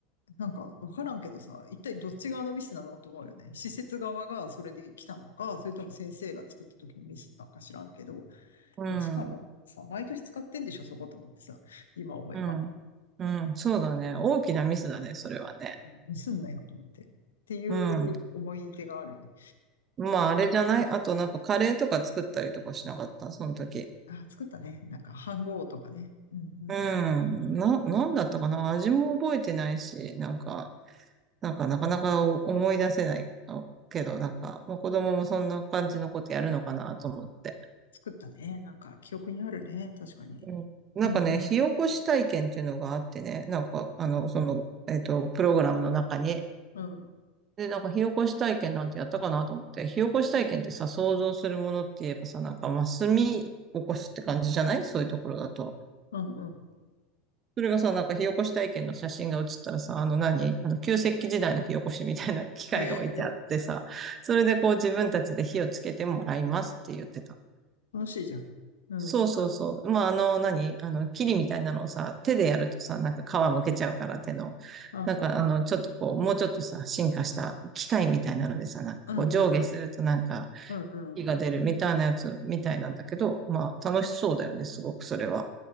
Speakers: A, on the left; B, on the right.
A: なんかわからんけどさ、一体どっち側のミスなのと思うよね。施設側がそれで来たのか、それとも先生が作った時にミスったのか知らんけど、
B: うん。
A: いや、しかもさ、毎年使ってんでしょ、そこと思ってさ、今思えば。
B: うん。うん。そうだね。大きなミスだね、それはね。
A: ミスんなよと思って。っていう思い出があるね。
B: うん。まあ、あれじゃないあと、なんかカレーとか作ったりとかしなかった、その時。
A: あ作ったね。なんか、飯号とかね。うんうん。
B: うん。な、なんだったかな味も覚えてないし、なんか、なんかなかなか思い出せないけど、なんか、まあ、子供もそんな感じのことやるのかなと思って。
A: 作ったね。なんか、記憶にあるね。確かに。
B: うん。なんかね、
A: うんうん。
B: 火起こし体験っていうのがあってね、なんか、あの、その、えっと、プログラムの中に、
A: うん。
B: で、なんか火起こし体験なんてやったかなと思って、火起こし体験ってさ、想像するものって言えばさ、なんかまあ炭起こすって感じじゃないそういうところだと。
A: うんうん。
B: それがさ、なんか火起こし体験の写真が写ったらさ、あの何あの旧石器時代の火起こしみたいな機械が置いてあってさ、
A: ええ
B: それでこう自分たちで火をつけてもらいますって言ってた。
A: 楽しいじゃん。うん。
B: そうそうそうそう。まあ、あの、何あの、キリみたいなのをさ、手でやるとさ、なんか皮むけちゃうから手の。
A: あ、
B: なんか、
A: うん。
B: あの、ちょっとこう、もうちょっとさ、進化した機械みたいなのでさ、なんかこう、
A: うんうん。
B: 上下するとなんか、
A: うんうん。
B: 火が出るみたいなやつみたいなんだけど、まあ、楽しそうだよね、すごくそれは。